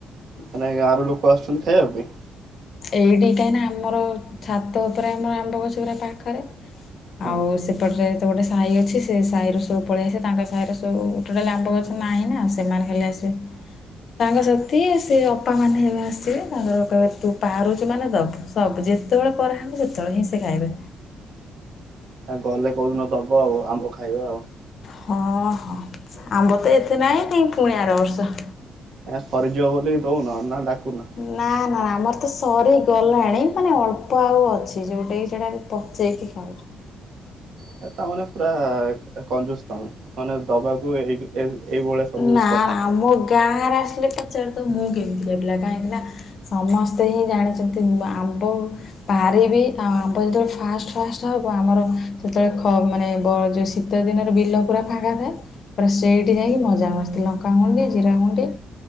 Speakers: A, on the right; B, on the left.
A: ମାନେ ଗାଁରୁ ଲୋକ ଆସୁଛନ୍ତି ଖାଇବା ପାଇଁ?
B: ଏଇଠି କାହିଁ ନା ଆମର ଛାତ ଉପରେ ଆମର ଆମ୍ବ ଗଛ ଉରା ପାଖରେ।
A: ହଁ
B: ଆଉ ସେପଟରେ ତ ଗୋଟେ ସାହି ଅଛି ସେ ସାହିର ସବୁ ପଳେଇଆସସିେ ତାଙ୍କ ସାହିରେ ସବୁୋଟେ ଲ ଆମ୍ବ ଗଛ ନାହିଁ ନା ଆଉ ସେମାନେ ହେଲେ ଆସି ତେ ସାଙ୍ଗ ସାଥି ସେ ଅପା ମାନେ ହେବେ ଆସିବେ ତାଙ୍କର କହିବେ ତୁ ପାରୁଛୁ ମାନେ ଦବୁ ସବୁ ଯେତେବେଳେ ପରାହବ ସେତେବେଳେ ହିଁ ସେ ଖାଇବେ।
A: ଆଁ ଗଲେ କୋଉଦିନ ଦବ ଆଉ ଆମ୍ବ ଖାଇବା ଆଉ
B: ହଁ ହଁ ଆମ୍ବ ତ ଏତେ ନାହିଁ କି ପୁଣି ଆର ବର୍ଷ।
A: ଆଁ ସରିଯିବ ବୋଲି ଦଉନ ନା ଡାକୁନ।
B: ନା ନାନା ଆମର ତ ସରି ଗଲାଣି ମାନେ ଅଳ୍ପ ଆଉ ଅଛି ଯୋଉଟାକି ସେଟା ପଚେଇକି ଖାଉଚୁ।
A: ଏ ତା ତମର ପୁରା କଂଜୁସ ତମେ ମାନେ ଦବାକୁ ଏଇ ଏ ଏଇଭଳିଆ ସବୁ
B: ନା
A: କଥା
B: ନା
A: କହୁଛ।
B: ଆମ ଗାଁରେ ଆସିଲେ ପଚାରି ଦବୁ ମୁଁ କେମିତି ପିଲା କାହିଁକି ନା ସମସ୍ତେ ହିଁ ଜାଣିଛନ୍ତି ମୁଁ ଆମ୍ବ ପାରିବି ଆଉ ଆମର ଯେତେବେଳେ ଫାଷ୍ଟ ଫାଷ୍ଟ ହବ ଆମର ସେତେବେଳେ ଖ ମାନେ ବ ଯୋଉ ଶୀ ତ ଦିନରେ ବିଲ ପୁରା ଫାଙ୍କା ଥାଏ ପା ସେଇଠି ଯାଇକି ମ ସମସ୍ତେ ଲଙ୍କା ଗୁଣ୍ଡି ଜିରା ଗୁଣ୍ଡି